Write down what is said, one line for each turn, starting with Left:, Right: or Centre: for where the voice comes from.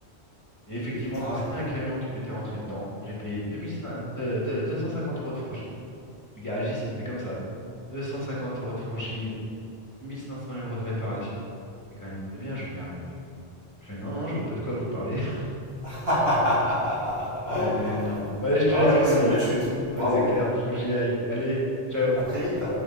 Left: Et effectivement,
Right: Ah
Left: comme c'était
Right: ouais.
Left: un camion qui m'était rentré dedans, donc j'ai payé 2500 de- de- 250 euros de franchise. Le garagiste, il me fait comme ça. 250 euros de franchise pour 6500 euros de réparation. C'est quand même très bien joué, hein, monsieur. Je fais non, non, je vois pas de quoi vous parler. <laughs>
Right: <laughs> ah
Left: Ah, il était énorme. Bon, allez, je te laisse,
Right: ouais,
Left: mon
Right: c'est
Left: ami.
Right: une belle chute. Bravo.
Left: Ouais, c'est clair, faut que j'y aille. Allez, ciao.
Right: À très vite.